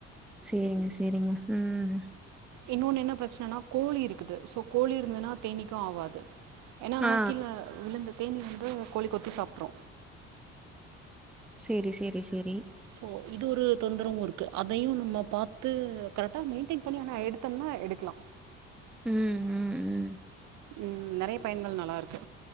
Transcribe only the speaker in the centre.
சேரிங்க சரிங்க ம்
ஆ
செரி செரி செரி
ம் ம் ம்